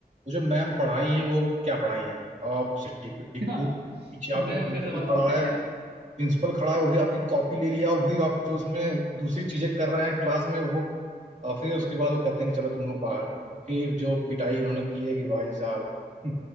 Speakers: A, on the right; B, on the right.
A: वो जो मैम पढ़ाई हैं वो क्या पढ़ाई हैं आप सिट्टी पिट्टी
B: <laughs>
A: घूम पीछे आपके
B: मैम
A: प्रिंसिपल
B: का सवाल
A: खड़ा
B: पूछ लिया
A: है प्रिंसिपल खड़ा है वो भी आपकी कॉपी ले लिया वो भी आप जो उसमें दूसरी चीजें कर रहे हैं क्लास में वो और फिर उसके बाद वो कहते हैं कि चलो तुम लोग बाहर और फिर जो पिटाई उन्होंने की है कि भाई साहब <laughs>